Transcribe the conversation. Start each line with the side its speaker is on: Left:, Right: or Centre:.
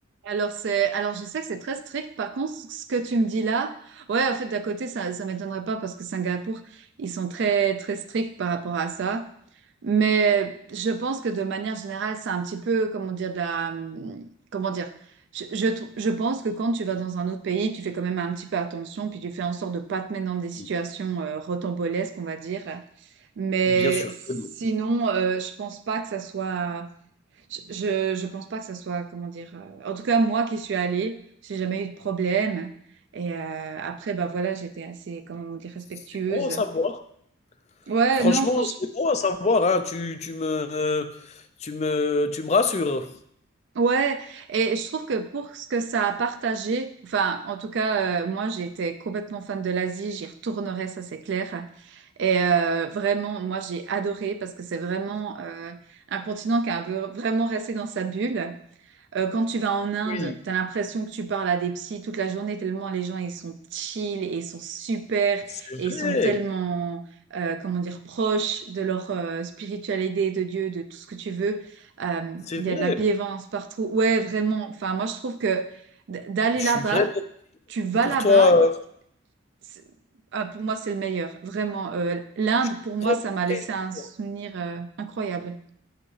Right: Alors c'est, alors je sais que c'est très strict. Par contre, ce ce que tu me dis là, ouais, en fait, d'à côté, ça, ça m'étonnerait pas parce que Singapour, ils sont très, très stricts par rapport à ça. Mais je pense que de manière générale, c'est un petit peu, comment dire, de la, comment dire, je, je, trou- je pense que quand tu vas dans un autre pays, tu fais quand même un petit peu attention, puis tu fais en sorte de pas te mettre dans des situations
Left: Oui,
Right: euh, rocambolesques, on va dire. Mais
Left: Bien sûr
Right: sinon,
Left: que non.
Right: euh, je pense pas que ça soit je, je pense pas que ça soit, comment dire, euh, en tout cas, moi qui suis allée, j'ai jamais eu de problème. Et euh, après, bah voilà, j'étais assez, comment on dit, respectueuse.
Left: C'est bon à savoir.
Right: Ouais,
Left: Franchement,
Right: non, franchement,
Left: c'est bon à savoir, hein. Tu, tu me, tu me, tu me rassures.
Right: ouais. Et je trouve que pour ce que ça a partagé, enfin, en tout cas, euh, moi, j'étais complètement fan de l'Asie, j'y retournerai, ça c'est clair. Et euh, vraiment, moi, j'ai adoré parce que c'est vraiment euh, un continent qui a un peu vraiment resté dans sa bulle. Euh, quand tu vas en Inde,
Left: Oui,
Right: tu as l'impression que tu parles à des psys toute la journée, tellement les gens, ils sont chill et ils sont super
Left: c'est
Right: et ils
Left: vrai.
Right: sont tellement, euh, comment dire, proches de leur euh, spiritualité, de Dieu, de tout ce que tu veux. Euh,
Left: C'est
Right: Il
Left: vrai,
Right: y a de la bienveillance partout. Ouais, vraiment. Enfin, moi, je trouve que d- d'aller
Left: je
Right: là-bas,
Left: suis vraiment
Right: tu vas
Left: content pour
Right: là-bas,
Left: toi, heu,
Right: c'est- ah, pour moi, c'est le meilleur. Vraiment. Euh, l'Inde,
Left: je suis
Right: pour moi,
Left: vraiment
Right: ça m'a
Left: très
Right: laissé un
Left: content.
Right: souvenir euh, incroyable.